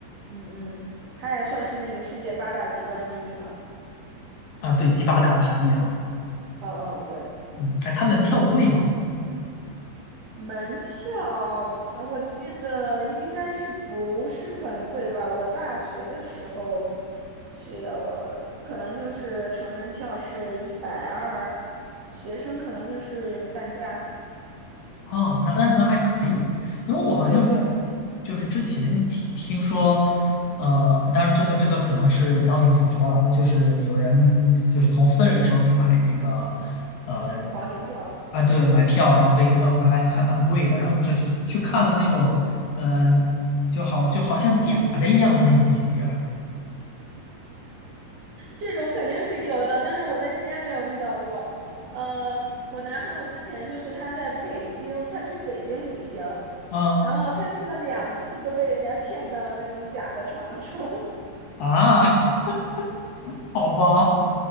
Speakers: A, on the right; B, on the left.
A: 嗯嗯，它也算是那个世界八大奇观之一嘛。
B: 啊。对，第八大奇迹哈，
A: 嗯嗯，对。
B: 嗯，哎，它门票贵吗？
A: 门票，呃我记得应该是不是很贵吧？我大学的时候去的，我可能就是成人票是一百二，学生可能就是半价。
B: 哦，那那那还可以，因为我好像
A: 对对，
B: 就是之前听听说，呃，当然这个这个可能是道听途说了，就是有人就是从私人手里买那个，呃，
A: 黄牛票
B: 啊对，买票然后被坑了，还还蛮贵的，然后只去去看了那种，嗯、就好就好像假的一样的那种景点儿
A: 这种肯定是有的，但是我在西安没有遇到过。呃，我男朋友之前就是他在北京，他去北京旅行，
B: 啊
A: 然后他去了两次都被人家骗到了那种假的长城。
B: 啊，<laughs> 好吧